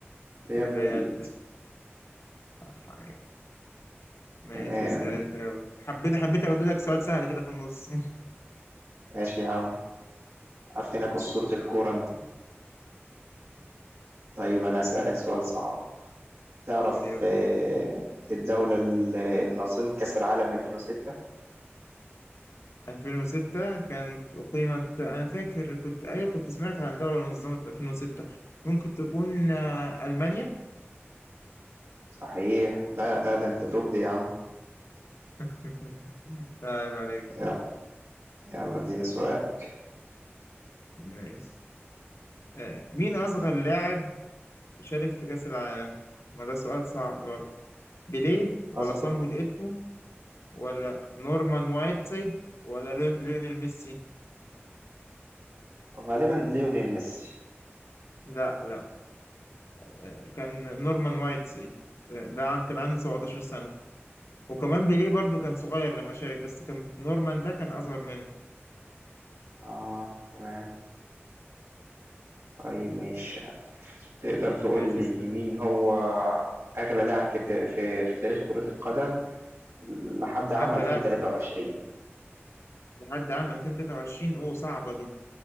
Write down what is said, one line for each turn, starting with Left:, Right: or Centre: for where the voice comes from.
Right: ريال
Left: الريال
Right: مدريد
Left: صح، أيوة. ماشي
Right: تمام
Left: اسأل انت يلا. حبيت حبيت اقول لك سؤال سهل كده في النص
Right: ماشي يا عم عارفينك أسطورة الكورة انت طيب أنا هاسألك
Left: <laughs> ماشي
Right: سؤال صعب، تعرف
Left: قول يلا
Right: آه، الدولة ال- اللي نظمت كأس العالم 2006؟
Left: 2006 كانت أقيمت أنا فاكر كنت أيوة كنت سمعت عن دولة نظمت في 2006 ممكن تكون آه، ألمانيا
Right: صحيح، لا لا ده أنت توب يا عم،
Left: <laughs> طيب عليك
Right: يلا يلا اديني سؤالك،
Left: ماشي آه، مين أصغر لاعب شارك في كأس العالم؟ ما ده سؤال صعب برضه بيليه ولا
Right: أصغر
Left: صامويل إيتو ولا نورمان وايتسايد ولا ليون- ليونيل ميسي؟
Right: غالبا ليونيل ميسي،
Left: لا لا آه، كان نورمان وايتسايد آه، ده عن كان عنده 17 سنة وكمان بيليه برضه كان صغير لما شارك بس كان نورمان ده كان أصغر منه
Right: آه تمام، طيب مش تقدر تقول
Left: ماشي
Right: لي
Left: اسأل.
Right: مين هو أغلى لاعب في تا- في في تاريخ كرة القدم لحد عام
Left: أغلى
Right: 2023؟
Left: لاعب في تاريخ لحد عام 2023 أوه صعبة دي